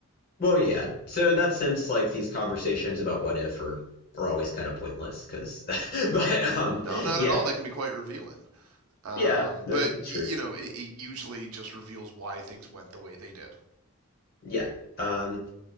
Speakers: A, on the left (about 45°); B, on the right (about 75°).
A: Well, yeah. So in that sense, like these conversations about what if are, are always kind of pointless because, <laughs> but um,
B: no
A: yeah,
B: not at all they can be quite revealing um,
A: yeah, that,
B: but
A: that's
B: y-
A: true.
B: you know it, it usually just reveals why things went the way they did
A: Yeah. Um,